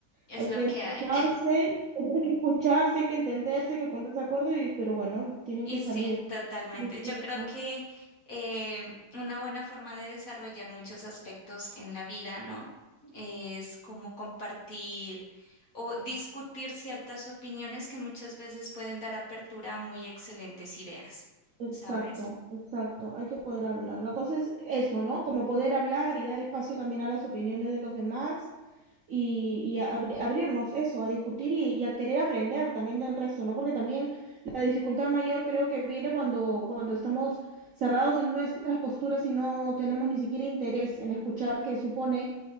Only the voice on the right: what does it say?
hay
que
escucharse,
<laughs> hay que escucharse, hay que entenderse,
hay que ponerse de acuerdo, y, pero bueno, tienen
que salir
los temas.
Exacto,
exacto, hay que poder hablar. La cosa es eso, ¿no? Como poder hablar y dar espacio también a las opiniones de los demás y, y a abri- abrirnos eso, a discutir y, y a querer aprender también del resto, ¿no? Porque también la dificultad mayor creo que viene cuando, cuando estamos cerrados en nuestras posturas y no tenemos ni siquiera interés en escuchar qué supone